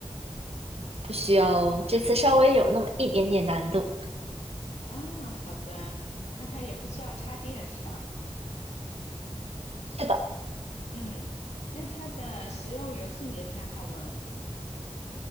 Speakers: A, on the right; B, on the left.
A: 不需要，这次稍微有那么一点点难度。
B: 啊，好的，那它也不需要插电是吧？
A: 是的，
B: 嗯，那它的使用有性别偏好吗？